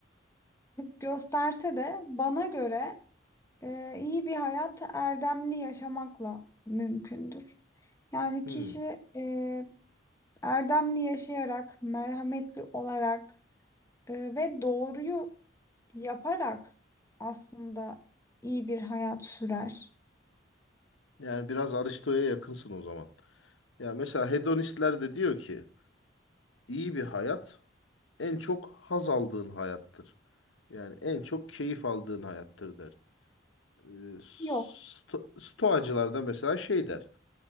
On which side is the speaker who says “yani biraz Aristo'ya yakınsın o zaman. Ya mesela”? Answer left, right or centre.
Left